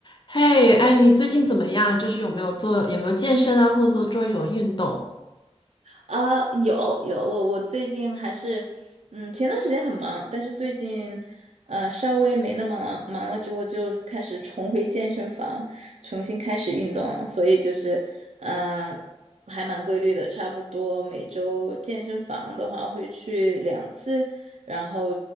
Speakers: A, on the left (about 45°); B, on the right (about 70°).
A: 嘿，哎，你最近怎么样？就是有没有做，有没有健身啊，或者说做一种运动？
B: 啊，有有，我我最近还是，嗯，前段时间很忙，但是最近，呃，稍微没那么忙忙了之后，就开始重回健身房，重新开始运动了所以就是，呃，还蛮规律的，差不多每周健身房的话会去两次，然后